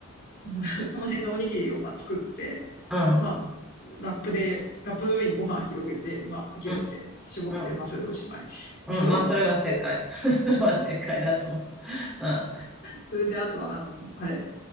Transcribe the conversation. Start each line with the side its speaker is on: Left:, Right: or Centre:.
Left: うん <laughs> その辺のおにぎりをまあ作って、
Centre: うん。
Left: まあ、ラップで、ラップの上にご飯広げて、まあ、ギュって絞って、
Centre: うんうん。
Left: まあ、それでおしまい。でしょで、
Centre: うん。まあ、それは正解。<laughs> それは正解だと思う。うん。
Left: それであとは、あの、あれ、